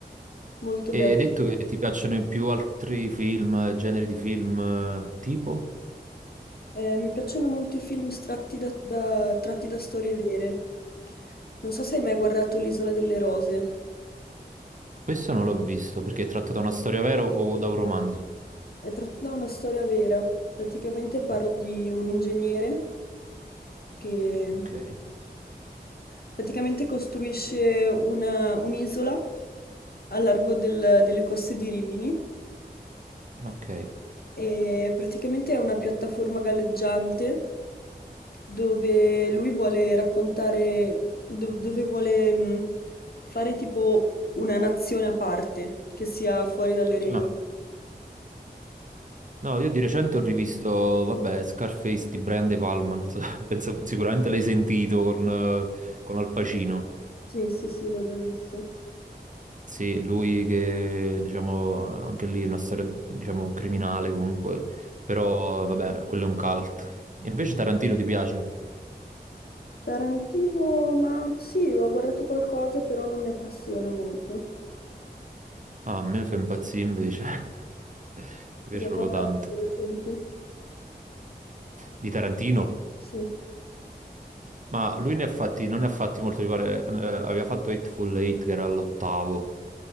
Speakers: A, on the left (about 65°); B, on the right (about 50°).
A: Molto
B: e
A: bello.
B: hai detto che ti piacciono più altri film, generi di film eh, tipo?
A: Eh, mi piacciono molto i film tratti da, da- tratti da storie vere. Non so se hai mai guardato L'Isola delle Rose.
B: Questo non l'ho visto perché è tratto da una storia vera o da un romanzo.
A: È tratta da una storia vera. Praticamente parla
B: O-
A: di un ingegnere che
B: ok,
A: praticamente costruisce una- un'isola a largo del- delle coste di Rimini
B: ok.
A: e praticamente è una piattaforma galleggiante dove lui vuole raccontare, do- dove vuole mh, fare tipo una nazione a parte che sia fuori dalle regole.
B: No, no, io di recente ho rivisto, vabbè, Scarface di Brian De Palma, non so, <laughs> penso sicuramente l'hai sentito con, eh, con Al Pacino.
A: Sì, sì, sì, l'ho già visto.
B: Sì, è lui che, diciamo, anche lì è una storia, diciamo, criminale comunque, però vabbè, quello è un cult. Invece Tarantino ti piace?
A: Tarantino, ma sì, ho guardato qualcosa, però non mi appassiona molto.
B: Ah, a me fa impazzire invece, <laughs> mi piace
A: Cosa
B: proprio
A: guardate
B: tanto.
A: di recente?
B: Di Tarantino?
A: Sì,
B: Ma lui ne ha fatti, non ne ha fatti molto, mi pare, eh, aveva fatto Hateful Eight che era all'ottavo,